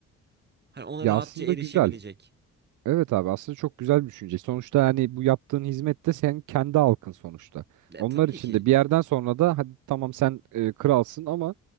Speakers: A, on the right; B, on the right.
A: Hani ona
B: Ya
A: rahatça
B: aslında
A: erişebilecek.
B: güzel. Evet abi aslında çok güzel bir düşünce. Sonuçta hani bu yaptığın hizmette sen kendi halkın sonuçta.
A: E,
B: Onlar
A: tabii
B: için
A: ki
B: de bir yerden sonra da hadi tamam sen e, kralsın ama